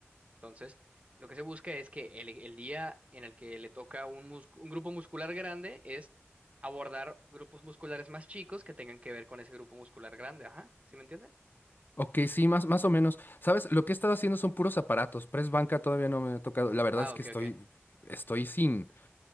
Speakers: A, on the right (about 30°); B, on the left (about 45°).
A: Entonces, lo que se busca es que el, el día en el que le toca un, mus- un grupo muscular grande es abordar grupos musculares más chicos que tengan que ver con ese grupo muscular grande. Ajá, ¿sí me entienden?
B: Ok, sí, más, más o menos. ¿Sabes? Lo que he estado haciendo son puros aparatos. Press banca todavía no me he tocado. La verdad
A: Ah,
B: es que
A: ok,
B: estoy,
A: ok.
B: estoy sin,